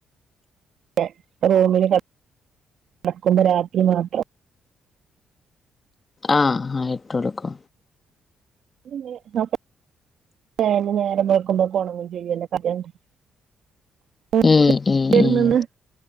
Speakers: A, on the right; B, on the left.
A: ക്കെ റൂമില് കെടക്കുമ്പോ രാത്രി മാത്രം
B: ആഹ് ആഹ് ഇട്ട് കൊടുക്കു
A: <unintelligible> <unintelligible> നേരം വെൾക്കുമ്പോത്തിന് ഒണങ്ങും ചെയ്യല്ലെ <unintelligible> <unintelligible>
B: ഉം ഉം ഉം